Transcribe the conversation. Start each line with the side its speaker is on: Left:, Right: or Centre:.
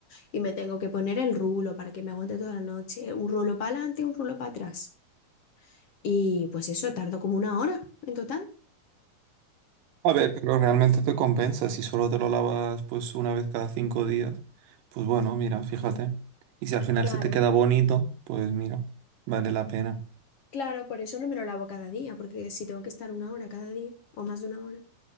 Left: Y me tengo que poner el rulo para que me aguante toda la noche. Un rulo para adelante, un rulo para atrás. Y pues eso, tardo como una hora en total.
Right: A ver, pero realmente te compensa si solo te lo lavas pues una vez cada cinco días. Pues bueno, mira, fíjate. Y si al final
Left: Claro,
Right: se te queda bonito, pues mira, vale la pena.
Left: claro, por eso no me lo lavo cada día, porque si tengo que estar una hora cada día o más de una hora.